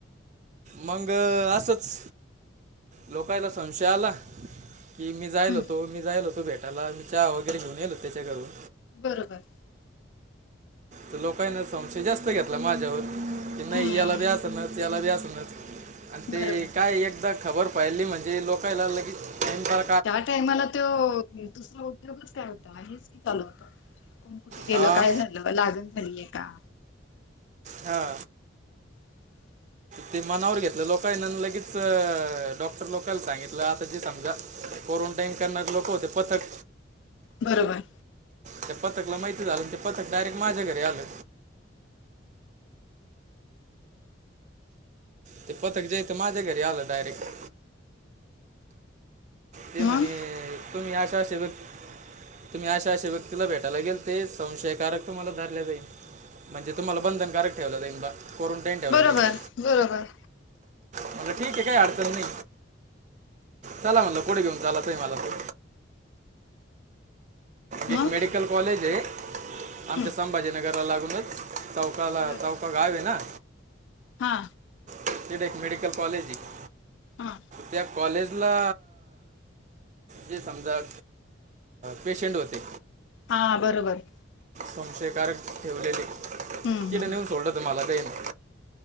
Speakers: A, on the right; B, on the left.
A: मंग असच लोकायला संशय आला. ती की मी जाईल
B: हम्म
A: होतो मी जाईल होतो. भेटाला मी चहा वगैरे घेऊन येईल होत त्याच्या घरून
B: बरोबर.
A: त लोकायला संशय जास्त घेतला ‌ माझ्यावर, की‌ नई‌
B: हम्म हम्म
A: याला बी आसनच याला बी आसनच. अन ते
B: बरोबर
A: काय एकदा खबर फैली म्हणजे लोकायला लगी टा
B: त्या टायमाला त्यो दुसरा उद्योगचं काय होता, हेच की चालू होत. हयाला
A: हा
B: काय झालं लागण झाली ए का?
A: हा.
B: <inaudible>
A: ते मनावर घेतलं लोकं आहे ना आणि लगेच डॉक्टर लोकाला सांगितलं आता ते समजा क्वारंटाईन करणारे लोक होते पतक.
B: बरोबर
A: त्या पथकला माहिती झालं आणि ते पथक डायरेक्ट माझ्या घरी आलं. ते पथक जे हाय ते माझ्या घरी आलं डायरेक्ट. ते
B: मग
A: म्हणे तुम्ही अशा अशा व्यक्ती. तुम्ही अशा अशा व्यक्तीला भेटायला गेलते संशयकारक तुम्हाला धरले जाईल. म्हणजे तुम्हाला बंधनकारक ठेवल जाईल बा कोरंटाईन ठेवलं
B: बरोबर
A: जाईल का
B: बरोबर
A: म्हणलं, ठीक हाय काय अडचण नाय चला मला कुठे घेऊन घेऊन जाताय तुम्ही. एक
B: मग
A: मेडिकल कॉलेज आहे. आमच्या
B: हम्म
A: संभाजीनगरला लागूनच चौकाला
B: बरोबर
A: चौका गाव आहे ना.
B: हा
A: तिथं एक मेडिकल कॉलेज आहे.
B: हा
A: त्या कॉलेजला जे समजा पेशंट होते.
B: हा बरोबर.
A: संशय कारक ठेवलेले
B: हम्म
A: तिथं
B: हम्म
A: नेऊन सोडलं मला त्यानं.